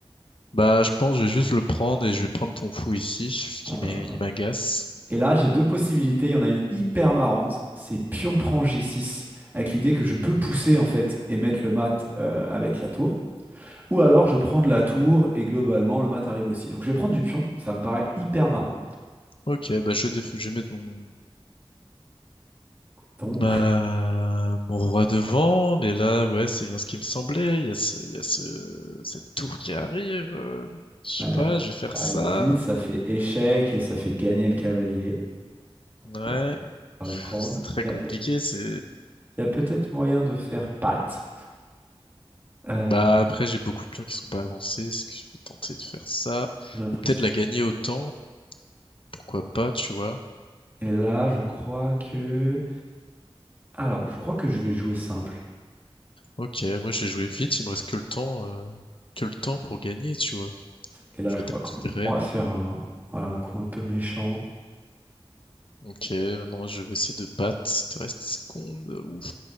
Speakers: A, on the left; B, on the right.
A: Bah, je pense, que je vais juste le prendre et je vais prendre ton fou ici, ce qui
B: Voilà.
A: m'est- il m'agace.
B: Et là, j'ai deux possibilités. Il y en a une hyper marrante, c'est pion prend G6, avec l'idée que je peux pousser en fait et mettre le mat euh, avec la tour. Ou alors je prends de la tour et globalement le mat arrive aussi. Donc je vais prendre du pion, ça me paraît hyper marrant.
A: Ok, bah je vais, déf- je vais mettre mon
B: Ton,
A: Euh, mon roi devant, mais là, ouais, c'est bien ce qui me semblait. Il y a ce, il y a ce, cette tour qui arrive. euh,
B: <laughs>
A: Je
B: voilà.
A: sais pas, je vais faire
B: Ça
A: ça.
B: Arrive vite, ça fait échec et ça fait gagner le cavalier.
A: Ouais.
B: Donc on va
A: Pff,
B: le prendre.
A: C'est très
B: Il
A: compliqué.
B: y a peut-
A: C'est.
B: il y a peut-être moyen de faire patte. Euh,
A: Bah après, j'ai beaucoup de pions qui sont pas avancés. Est-ce que je peux tenter de faire ça?
B: j'ai l'impression.
A: Ou peut-être la gagner au temps. Pourquoi pas, tu vois?
B: Et là, je crois que. Alors, je crois que je vais jouer simple.
A: Ok, moi j'ai joué vite. Il me reste que le temps, euh, que le temps pour gagner, tu vois.
B: Et là,
A: Je
B: je
A: vais
B: crois
A: à ta petite
B: qu'on
A: reine.
B: on va faire un, voilà, un coup un peu méchant.
A: Ok, maintenant je vais essayer de battre. Il te reste 10 secondes. Ouf.